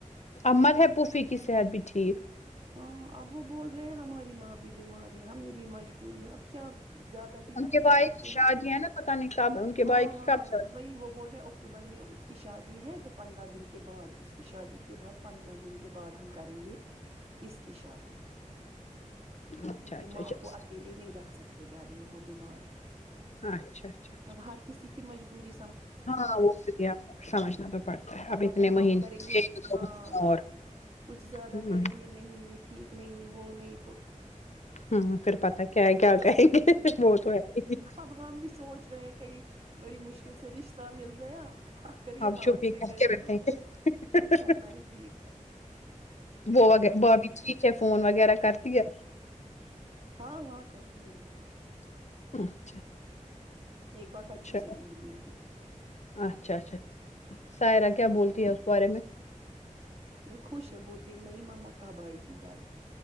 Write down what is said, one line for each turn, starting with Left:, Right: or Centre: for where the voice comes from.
Left: امد ہے پوفی کی صحت بھی ٹھیک
Right: ہاں اب وہ بول رہے ہیں ہماری ماں بھی بیمار ہے ہمیں بھی مجبوری ہے اب کیا زیادہ بھی
Left: ان
Right: مت
Left: کے
Right: کر
Left: بھائی
Right: سکتے
Left: کی شادی
Right: ہیں
Left: ہے نا پتہ نہیں کب ان کے
Right: ہاں
Left: بھائی کی
Right: ہاں
Left: کب شادی
Right: وہی وہ بول رہے اکٹوبر میں اس شادی ہے تو پندرہ دن کے بعد اس کی شادی کے بعد پندرہ دن کے بعد ہم کریں گے کی شادی
Left: اچھا
Right: کیونکہ
Left: اچھا اچھا
Right: ماں کو اکیلے نہیں رکھ سکتے گے گھر میں بہت بیمار ہے
Left: اچھا اچھا اچھا
Right: اب ہر کسی کی مجبور پوری
Left: ہاں وہ لیے سمجھنا تو پڑتا ہے اب اتنے
Right: اگر ہم
Left: مہنے
Right: کریں گے
Left: ایک دو
Right: ہاں
Left: مہنے اور
Right: کچھ زیادہ
Left: ہ
Right: کریں گے نہیں یہ ٹھیک نہیں وہ نہیں تو
Left: ہوں، پھر پتا کیا ہے کیا کہیں گے وہ تو ہے ہی
Right: اب ہم بھی سوچ رہے ہیں کئی بڑی مشکل سے رشتہ مل گیا اگر یہ
Left: اب
Right: ہاتھ
Left: چپ ہی
Right: سے
Left: کر
Right: گیا
Left: کے بیٹھے
Right: تو چپ کرنا ہی ٹھیک ہے ہاں
Left: وہ اگر بھابی ٹھیک ہے فون وغیرہ کرتی ہے
Right: ہاں ہاں کرتی ہیں وہ
Left: <inaudible>
Right: ایک بار بچوں
Left: اچھا
Right: سے بھی ملی تھی
Left: اچھا اچھا سائرہ کیا بولتی ہے اس بارے میں
Right: یہ خوش ہیں بولتی نہیں مما کب آئے گ گھر